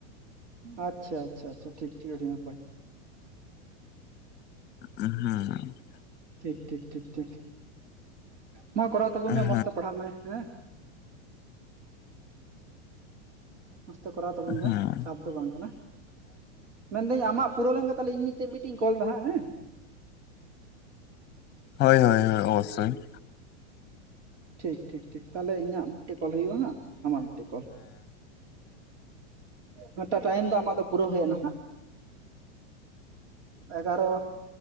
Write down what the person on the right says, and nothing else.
ᱟᱪᱪᱷᱟ ᱟᱪᱪᱷᱟ ᱟᱪᱪᱷᱟ ᱴᱷᱤᱠ ᱴᱷᱤᱠ ᱟᱹᱰᱤ ᱱᱟᱯᱟᱭ᱾
ᱴᱷᱤᱠ ᱴᱷᱤᱠ ᱴᱷᱤᱠ ᱴᱷᱤᱠ, ᱢᱟ ᱠᱚᱨᱟᱣ ᱛᱟᱵᱚᱱ
ᱢᱮ ᱢᱚᱸᱡᱽ ᱛᱮ ᱯᱟᱲᱦᱟᱜ ᱢᱮ ᱦᱮᱸ᱾ ᱢᱚᱡᱽᱛᱮ ᱠᱚᱨᱟᱣ ᱛᱟᱵᱚᱱ
ᱢᱮ ᱪᱷᱟᱯ ᱫᱚ ᱵᱟᱝ ᱠᱟᱱᱟ, ᱢᱮᱱᱫᱟᱹᱧ ᱟᱢᱟᱜ ᱯᱩᱨᱟᱹᱣ ᱞᱮᱱᱠᱷᱟᱱ ᱛᱟᱦᱞᱮ ᱤᱧ ᱢᱤᱫᱴᱮᱡ ᱢᱤ ᱴᱤ ᱤᱧ ᱠᱚᱞ ᱫᱟ ᱦᱟᱸ ᱮᱸ᱾
ᱴᱷᱤᱠ ᱴᱷᱤᱠ ᱴᱷᱤᱠ ᱛᱟᱦᱞᱮ ᱤᱧᱟᱹᱜ ᱢᱤᱫᱴᱮᱡ ᱠᱚᱞ ᱦᱩᱭᱩᱜᱼᱟ ᱦᱟᱸᱜ, ᱟᱢᱟᱜ ᱢᱤᱫᱴᱮᱱ ᱠᱚᱞ ᱢᱤᱫᱴᱟᱜ ᱴᱟᱭᱤᱢ ᱫᱚ ᱟᱢᱟᱜ ᱫᱚ ᱯᱩᱨᱟᱹᱣ ᱦᱩᱭᱱᱟ ᱦᱟᱜ, ᱮᱜᱟᱨᱚ,